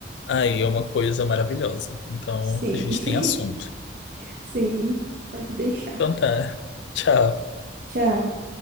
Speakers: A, on the left (about 70°); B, on the right (about 50°).
A: aí é uma coisa maravilhosa. Então
B: Sim.
A: a gente tem assunto.
B: <laughs> Sim, pode deixar.
A: Então tá. <laughs> Tchau.
B: Tchau.